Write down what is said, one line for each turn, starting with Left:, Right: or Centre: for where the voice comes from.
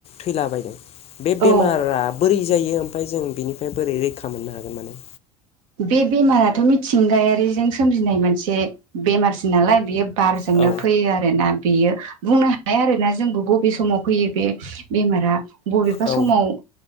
Left: थैलाबायदों। बे
Right: औ
Left: बेमारा बोरै जायो ओमफ्राय जों बिनिफ्राय बोरै रैखा मोननो हागोन माने?
Right: बे बेमाराथ' मिथिंगायारिजों सोमजिनाय मोनसे बेमारसिन नालाय बियो बारजोंनो
Left: औ
Right: फैयो आरोना बेयो बुंनो हाया आरोना जोंबो बबे समाव फैयो बे बेमारा बबेबा
Left: औ
Right: समाव